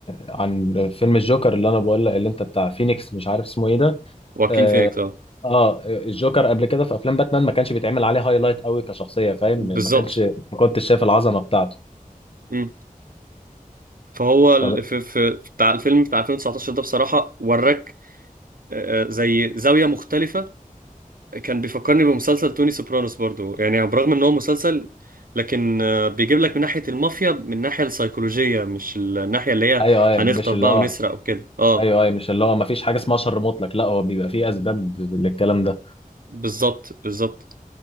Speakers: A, on the left; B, on the right.
A: عن فيلم الجوكر اللي انا بقول لك اللي انت بتاع فينيكس مش عارف اسمه ايه ده
B: واكين
A: اه
B: فينيكس اه
A: آه، الجوكر قبل كده في افلام باتمان ما كانش بيتعمل عليه هايلايت قوي كشخصيه فاهم
B: بالظبط
A: ما كانش ما كنتش شايف العظمه بتاعته
B: مم. فهو ال-
A: طب
B: في في في بتاع الفيلم بتاع 2019 ده بصراحة وراك آه، زي زاوية مختلفة كان بيفكرني بمسلسل توني سوبرانوس برضو يعني برغم ان هو مسلسل لكن آه، بيجيب لك من ناحية المافيا من الناحية السيكولوجية مش الناحية اللي هي
A: ايوه ايوه
B: هنخطف
A: مش اللي
B: بقى
A: هو
B: ونسرق وكده اه
A: ايوه ايوه مش اللي هو ما فيش حاجه اسمها شر مطلق لا هو بيبقى فيه اسباب للكلام ده
B: بالظبط بالظبط